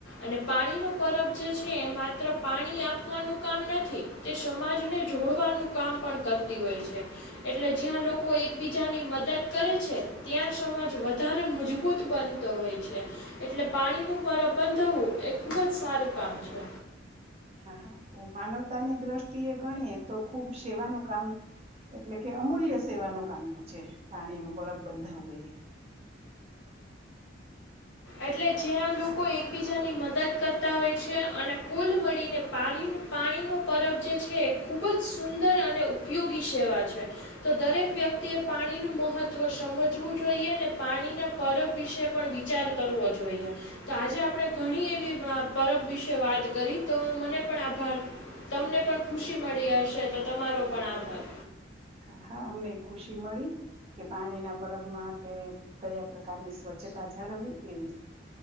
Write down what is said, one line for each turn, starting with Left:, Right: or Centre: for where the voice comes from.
Left: અને પાણીનો પરબ જે છે, એ માત્ર પાણી આપ નુ કામ નથી, તે સમાજને જોડવાનું કામ પણ કરતી હોય છે, એટલે જ્યા લોકો એકબીજાની મદદ કરે છે, ત્યાં સમાજ વધારે મજબૂત બનતો હોય છે. એટલે પાણીનુ પર બંધવું એ ખુબ જ સારું કામ છે.
Right: <inaudible> માનવતાની દ્રષ્ટિ એ ગણીએ, તો ખુબ સેવાનું કામ એટલે કે અમૂલ્ય સેવાનું કામ છે, પાણી ન પરબ બંધાવવું એ <inaudible>
Left: એટલે જ્યાં લોકો એકબીજાની મદદ કરતા હોય છે, અને કુલ મળીને પાણી પાણીનો પરબ જે છે, એ ખૂબજ સુંદર અને ઉપયોગી સેવા છે, તો દરેક વ્યક્તિએ પાણીનું મહત્વ સમજવું જોઈએ, ને પાણીના પરબ વિશે પણ વિચાર કર કરવો જોઈએ, તો આજે આપણે ઘણી એવી પરબ વિશે વાત કરી તો મને પણ તમને, પણ ખુશી મળી હશે તો તમારો પણ આભાર
Right: હા હા, અમને ખુશી મળી કે પાણી ના પરબમા કે કયા પ્રકારની સ્વચ્છતા, જાણી એ